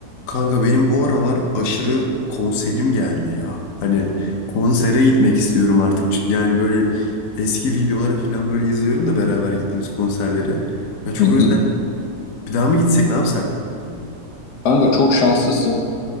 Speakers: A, on the left; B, on the left.
A: Kanka benim bu aralar aşırı konserim geldi ya. Hani konsere gitmek istiyorum artık. Yani böyle eski videolara falan böyle izliyorum da beraber gittiğimiz konserlere. Ya çok
B: Hı hı.
A: özledim. Bir daha mı gitsek ne yapsak?
B: Kanka çok şanslısın.